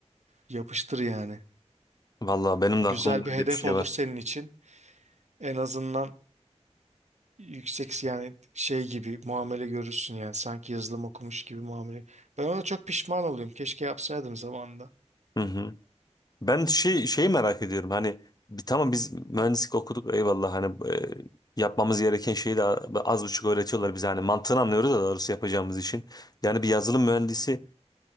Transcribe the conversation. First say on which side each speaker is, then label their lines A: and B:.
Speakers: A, on the right (about 75°); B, on the left (about 35°).
A: Yapıştır yani.
B: Vallahi benim
A: Güzel
B: de aklımda
A: bir
B: öyle
A: hedef
B: bir şey
A: olur
B: var.
A: senin için. En azından yüksek yani şey gibi muamele görürsün yani sanki yazılım okumuş gibi muamele. Ben ona çok pişman oluyorum. Keşke yapsaydım zamanında.
B: Hı hı. Ben şey, şeyi merak ediyorum hani bir, tamam biz mühendislik okuduk eyvallah hani e, yapmamız gereken şeyi de az buçuk öğretiyorlar bize hani mantığını anlıyoruz da doğrusu yapacağımız işin. Yani bir yazılım mühendisi